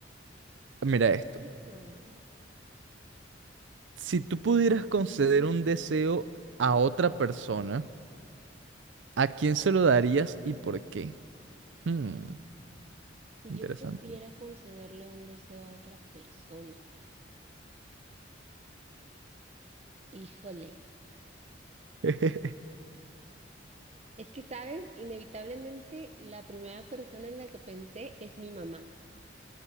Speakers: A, on the right; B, on the right.
A: Mira esto.
B: Ujú.
A: Si tú pudieras conceder un deseo a otra persona, ¿a quién se lo darías y por qué? Hmm,
B: Si
A: interesante.
B: yo pudiera concederle un deseo a otra persona, híjole.
A: <laughs>
B: Es que, ¿sabes? Inevitablemente la primera persona en la que pensé es mi mamá.